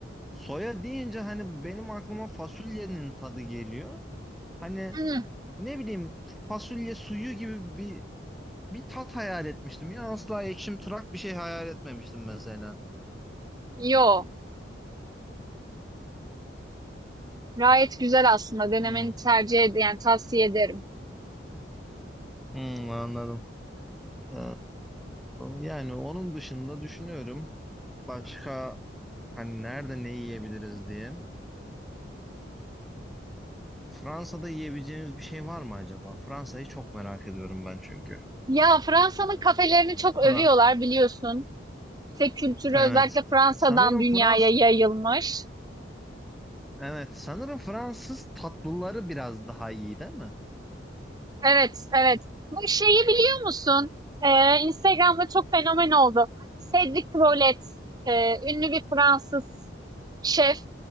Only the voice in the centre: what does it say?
Soya deyince hani benim aklıma fasulyenin tadı geliyor. Hani
ne bileyim fasulye suyu gibi bir bir tat hayal etmiştim ya asla ekşim tırak bir şey hayal etmemiştim mesela.
Hmm,
hmm, anladım. Ee, yani onun dışında düşünüyorum başka hani nerede ne yiyebiliriz diye. Fransa'da yiyebileceğimiz bir şey var mı acaba? Fransa'yı çok merak ediyorum ben çünkü.
Fra
evet.
Sanırım
Frans
evet sanırım Fransız tatlıları biraz daha iyi değil mi?